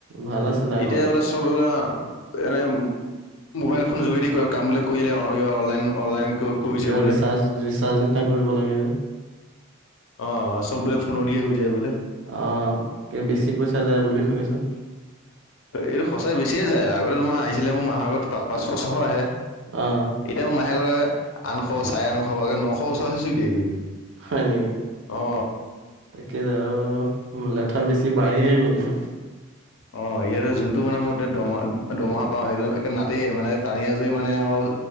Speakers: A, on the right; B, on the left.
A: ভাল আছিলে আগৰ
B: এতিয়া বোলে ব এনে মোবাইল ফোন যোগেদি ক কাম বিলাক কৰি দিলে অন- কিবা অনলাইন অনলাইন কৰিছে
A: কিবা
B: বোলে
A: ৰিচাৰ্জ নিচিনা কৰিব লাগে যে।
B: অঁ চব বোলে ফোনৰ দিয়ে হৈ যায় বোলে
A: অ কিন্তু বেছি পইচা যায় বুলি শুনিছোঁ।
B: এইটো সচাই বেছিয়ে যায় আগতে তোমাৰ আহিছিলে মোৰ মাহৰ আগত পাঁচশ ছশ আহে।
A: অ,
B: এতিয়া মাহে আঠশ চাৰে আঠশ আ নশ ওচৰ ওচৰি চুই দিয়েগৈ।
A: হয় নেকি?
B: অ
A: তাকে আৰু লেঠা বেছি বাঢ়িয়ে গ'ল দেখোন।
B: অ ইয়াতে যোনটো মানে মই এয়া দম দমহা পাওঁ সেইটো একে নাতে মানে টানি আজৰি মানে আৰু